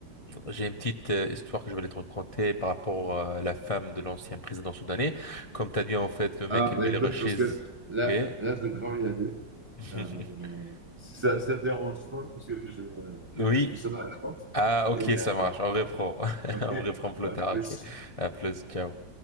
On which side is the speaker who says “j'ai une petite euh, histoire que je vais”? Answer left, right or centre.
Left